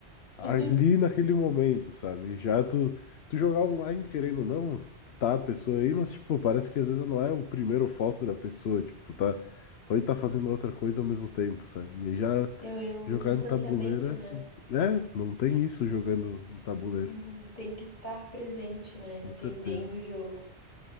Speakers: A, on the left; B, on the left.
A: ali
B: <laughs>
A: naquele momento, sabe? Já tu, tu jogar online querendo ou não, tu tá a pessoa aí, mas tipo, parece que às vezes não é o primeiro foco da pessoa, tipo, tá, pode estar fazendo outra coisa ao mesmo tempo, sabe? E aí já
B: Tem um
A: jogar
B: distanciamento,
A: no tabuleiro é assim,
B: né?
A: é, não tem isso jogando no tabuleiro,
B: Uhum. Tem que estar presente, né? Entendendo
A: com certeza.
B: o jogo.